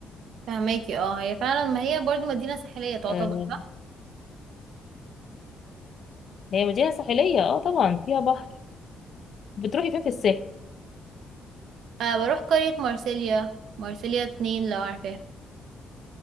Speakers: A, on the right; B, on the left.
A: فهماكي اه هي فعلا ما هي برضو مدينة ساحلية تعتبر
B: آه،
A: صح
B: هي مدينة ساحلية اه طبعا فيها بحر بتروحي فين في الساحل
A: أه بروح قرية مارسيليا مارسيليا اتنين لو عارفاها